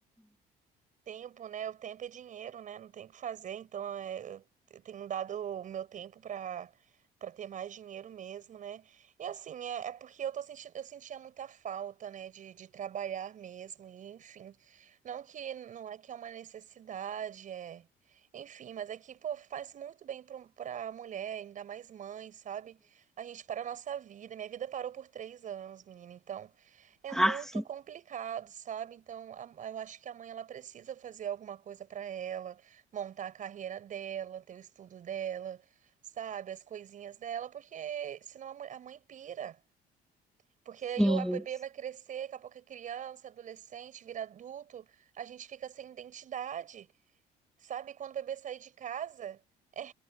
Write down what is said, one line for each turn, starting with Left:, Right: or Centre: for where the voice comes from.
Right: Tempo, né? O tempo é dinheiro, né? Não tem o que fazer. Então, é, eu eu tenho dado o meu tempo para para ter mais dinheiro mesmo, né? E assim, é, é porque eu tô sentindo, eu sentia muita falta, né? De, de trabalhar mesmo, e enfim. Não que não é que é uma necessidade, é. Enfim, mas é que, pô, faz muito bem para pra mulher, ainda mais mãe, sabe? A gente para a nossa vida. Minha vida parou por três anos, menina. Então. É
Centre: Ah,
Right: muito
Centre: sim,
Right: complicado, sabe? Então, a- eu acho que a mãe ela precisa fazer alguma coisa para ela, montar a carreira dela, ter o estudo dela, sabe? As coisinhas dela, porque senão a mu- a mãe pira. Porque aí
Centre: sim,
Right: o bebê vai crescer, daqui a pouco é criança, adolescente, vira adulto, a gente fica sem identidade, sabe? Quando o bebê sair de casa. <laughs>